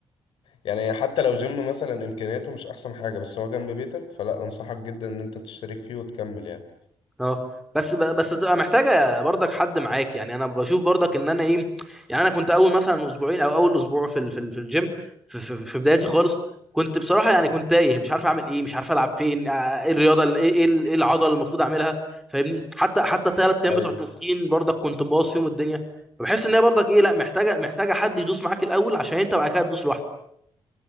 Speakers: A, on the left (about 80°); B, in the centre.
A: يعني حتى لو جيم مثلا امكانياته مش احسن حاجة بس هو جنب بيتك فلا انصحك جدا ان انت تشترك فيه وتكمل يعني
B: اه بس ب- بس تبقى محتاجه برضك حد معاك يعني انا بشوف برضك ان انا ايه يعني انا كنت اول مثلا اسبوعين او اول اسبوع في ال- في ال- في الجيم في, في, في بدايتي خالص كنت بصراحه يعني كنت تايه مش عارف اعمل ايه مش عارف العب فين آه، ايه الرياضه ال- ايه ايه ال- إيه العضله اللي المفروض اعملها فاهمني حتى حتى ثلاث ايام
A: ايوه
B: بتوع التسخين برضك كنت مبوظ فيهم الدنيا فبحس ان هي برضك ايه لا محتاجه محتاجه حد يدوس معاك الاول عشان انت بعد كده تدوس لوحدك